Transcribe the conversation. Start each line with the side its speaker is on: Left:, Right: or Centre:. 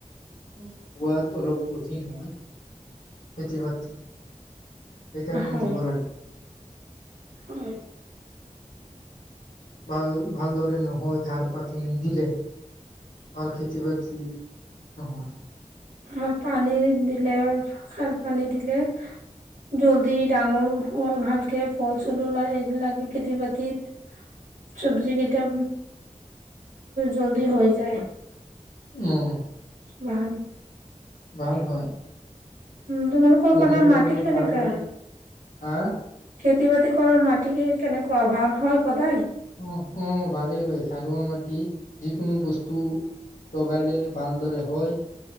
Left: হোৱাত অলপ কঠিন হয় খেতি বাতি সেইকাৰণে
Right: হয়
Left: দিব লাগে।
Right: হয়।
Left: ভাল ভালদৰে নহয় ঘাৰ পাতি নিদিলে ভাল খেতি বাতিৰ নহয়।
Right: আৰু পানী দিলে খাল পানী দিলে। জল্দি ডাঙৰো হয় ভালকে ফল চলো এইিলাকে খেতি বাতিত চব্জি কেইটা জল্দি হৈ যায়।
Left: উম
Right: মাহান
Left: ভাল হয়
Right: উম তোমালোকৰ
Left: যদি
Right: ফালে
Left: য
Right: মাটি
Left: মানুহ
Right: কেনেকা
Left: খাৰ পালে আহ
Right: খেতি বাতি কৰা মাটি কি কেনেকুৱা ভাল হয় সদায়।
Left: আহ আহ ভালেই হয় খাৰুৱা মাটি যিকোনো বস্তু লগালে ভালদৰে হয়